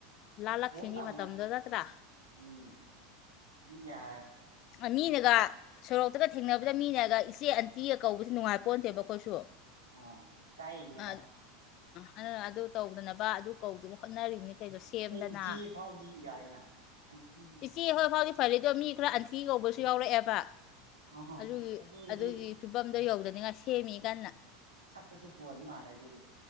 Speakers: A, on the left (about 45°); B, on the right (about 80°).
A: ꯂꯥ ꯂꯛꯅꯤꯒꯤ
B: ꯄꯣꯞ ꯂꯥꯎꯅ
A: ꯃ ꯃꯇꯝꯗꯣ ꯆꯠꯇ꯭ꯔꯥ
B: ꯎꯝ ꯎꯝ ꯌꯥ
A: ꯃꯤꯅꯒ ꯁꯣꯔꯣꯛꯇꯒ ꯊꯦꯡꯅꯕꯗ ꯃꯤꯅꯒ ꯏꯆꯦ ꯑꯟꯇꯤꯒ ꯀꯧꯕꯁꯨ ꯅꯨꯡꯉꯥꯏ ꯄꯣꯛꯟꯗꯦꯕ ꯑꯩꯈꯣꯏꯁꯨ
B: ꯑꯥ ꯏꯀꯥꯏꯅꯦꯕ
A: ꯑ ꯑꯗꯨ ꯑꯗꯨ ꯇꯧꯗꯅꯕ ꯑꯗꯨ ꯀꯧꯗꯨꯅ ꯍꯣꯠꯅꯔꯤꯕꯅꯤ ꯀꯩꯗꯣ ꯁꯦꯝꯗꯅ
B: ꯑꯩ ꯏꯆꯦ ꯐꯥꯎꯗꯤ ꯌꯥꯏꯅ ꯑꯟꯇꯤ
A: ꯏꯆꯦ ꯍꯣꯏ ꯐꯥꯎꯗꯤ ꯐꯔꯦꯗꯣ ꯃꯤ ꯈꯔ ꯑꯟꯇꯤ ꯀꯧꯕꯁꯨ ꯌꯥꯎꯔꯛꯑꯦꯕ
B: ꯑꯍ
A: ꯑꯗꯨꯒꯤ
B: ꯑꯗꯨꯗꯤ
A: ꯑꯗꯨꯒꯤ ꯁꯨꯐꯝꯝꯗꯣ ꯌꯧꯗꯅꯤ ꯉ ꯁꯦꯝꯃꯤ ꯀꯟꯅ
B: ꯁꯛꯇꯁꯨ ꯄꯨꯕ ꯃꯥꯜꯂꯦ ꯑꯗꯨꯗꯤ